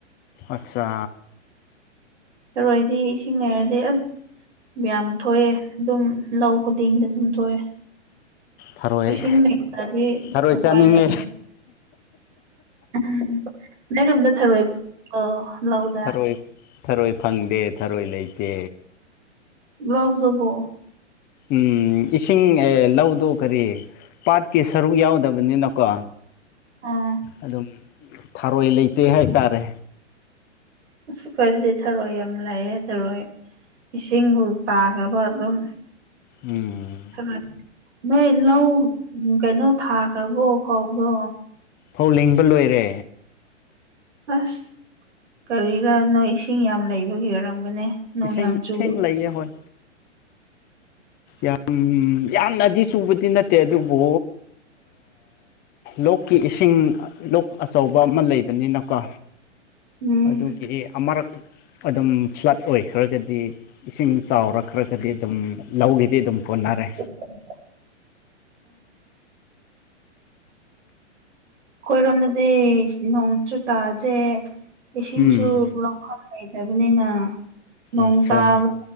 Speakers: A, on the left (about 25°); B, on the right (about 70°).
A: ꯑꯠꯆꯥ
B: ꯊꯔꯣꯏꯗꯤ ꯏꯁꯤꯡ ꯂꯩꯔꯗꯤ ꯑꯁ ꯌꯥꯝ ꯊꯣꯛꯑꯦ ꯑꯗꯨꯝ ꯂꯧ ꯈꯨꯗꯤꯡꯗ ꯑꯗꯨꯝ ꯊꯣꯛꯑꯦ
A: ꯊꯔꯣꯏ
B: ꯏꯁꯤꯡ ꯂꯩꯇ꯭ꯔꯗꯤ
A: ꯊꯔꯣꯏ
B: ꯎꯄꯥꯏ
A: ꯆꯥꯅꯤꯡꯉꯦ
B: ꯂꯩꯇꯦ <unintelligible> ꯅꯣꯏꯔꯣꯝꯗ ꯊꯔꯣꯏ <unintelligible> ꯂꯧꯗ
A: ꯊꯔꯣꯏ ꯊꯔꯣꯏ ꯐꯪꯗꯦ ꯊꯔꯣꯏ ꯂꯩꯇꯦ
B: ꯂꯧꯗꯕꯣ
A: ꯎꯝ ꯏꯁꯤꯡ ꯑꯦ ꯂꯧꯗꯣ ꯀꯔꯤ ꯄꯥꯠꯀꯤ ꯁꯔꯨꯛ ꯌꯥꯎꯗꯕꯅꯤꯅꯀꯣ
B: ꯑꯥ
A: ꯑꯗꯨꯝ ꯊꯥꯔꯣꯏ ꯂꯩꯇꯦ ꯍꯥꯏꯇꯥꯔꯦ
B: ꯑꯁ ꯑꯩꯈꯣꯏꯗꯗꯤ ꯊꯔꯣꯏ ꯌꯥꯝ ꯂꯥꯛꯑꯦ ꯊꯔꯣꯏ ꯏꯁꯤꯡꯕꯨ ꯇꯥꯈ꯭ꯔꯕ ꯑꯗꯨꯝ
A: ꯎꯝ
B: ꯊꯔꯣꯏ ꯅꯣꯏ ꯂꯧ ꯀꯩꯅꯣ ꯊꯥꯈ꯭ꯔꯕꯣ ꯐꯧꯕꯣ
A: ꯐꯧ ꯂꯤꯡꯕ ꯂꯣꯏꯔꯦ
B: ꯑꯁ ꯀꯔꯤꯔ ꯅꯣꯏ ꯏꯁꯤꯡ ꯌꯥꯝ ꯂꯩꯕꯒꯤ ꯑꯣꯏꯔꯒꯅꯦ ꯅꯣꯡ
A: ꯏꯁꯤꯡ
B: ꯌꯥꯝꯝ ꯆꯨ
A: ꯏꯁꯤꯡ ꯂꯩꯌꯦ ꯍꯣꯏ ꯌꯥꯝ ꯌꯥꯝꯅꯗꯤ ꯆꯨꯕꯗꯤ ꯅꯠꯇꯦ ꯑꯗꯨꯕꯨ ꯂꯣꯛ ꯀꯤ ꯏꯁꯤꯡ ꯂꯣꯛ ꯑꯆꯧꯕ ꯑꯃ ꯂꯩꯕꯅꯤꯅꯀꯣ
B: ꯎꯝ
A: ꯑꯗꯨꯒꯤ ꯑꯃꯔꯛ ꯑꯗꯨꯝ ꯐ꯭ꯂꯠ ꯑꯣꯏꯈ꯭ꯔꯒꯗꯤ ꯏꯁꯤꯡ ꯆꯥꯎꯔꯈ꯭ꯔꯒꯗꯤ ꯑꯗꯨꯝ ꯂꯧꯒꯤꯗꯤ ꯑꯗꯨꯝ ꯀꯣꯟꯅꯔꯦ
B: ꯎ ꯀꯣꯏꯔꯣꯝꯗꯗꯤ ꯅꯣꯡꯁꯨ ꯇꯥꯗꯦ ꯏꯁꯤꯡꯁꯨ
A: ꯎꯝ
B: ꯂꯧ ꯂꯩꯇꯕꯅꯤꯅ ꯅꯣꯡ
A: ꯑꯠꯆꯥ
B: ꯇꯥꯕ